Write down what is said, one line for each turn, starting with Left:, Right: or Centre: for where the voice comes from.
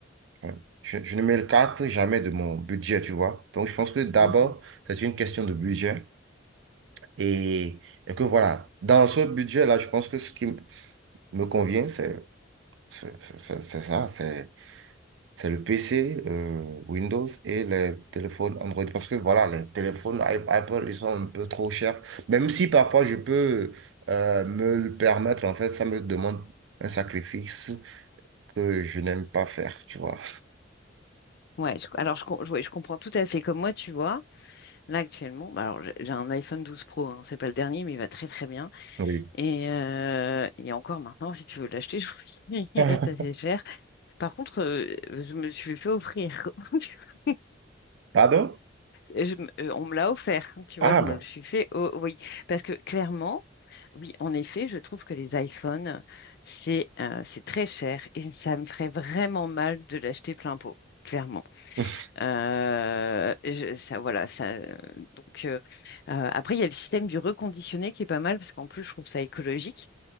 Right: enfin, je, je ne me carte jamais de mon budget, tu vois. Donc, je pense que d'abord,
Left: Mhm.
Right: c'est une question de budget. Et, et que voilà, dans ce budget-là, je pense que ce qui m- me convient, c'est c'est- c'est- c'est- c'est ça, c'est c'est le PC, euh, Windows et les téléphones Android. Parce que voilà, les téléphones I- Apple, ils sont un peu trop chers. Même si parfois je peux euh, me le permettre, en fait, ça me demande un sacrifice que je n'aime pas faire, tu vois.
Left: Ouais, je- alors je, com- ouais, je comprends tout à fait. Comme moi, tu vois, là actuellement, bah, alors j'ai j'ai un iPhone douze Pro, hein, c'est pas le dernier, mais il va très très bien.
Right: Oui.
Left: Et, euh, et encore maintenant, si tu veux l'acheter, <laughs> je- il
Right: <laughs>
Left: reste assez cher. Par contre, euh, je me le suis fait offrir. <laughs> Tu vois.
Right: Pardon?
Left: Et je me- euh, on me l'a offert, tu
Right: Ah
Left: vois, je
Right: bon?
Left: me le suis fait. oh, oui, parce que clairement, oui, en effet, je trouve que les iPhones, c'est euh, c'est très cher et ça me ferait vraiment mal de l'acheter plein pot, clairement.
Right: <laughs>
Left: Euh, je- ça, voilà, ça. euh, Donc euh, euh, après, il y a le système du reconditionné qui est pas mal parce qu'en plus, je trouve ça écologique.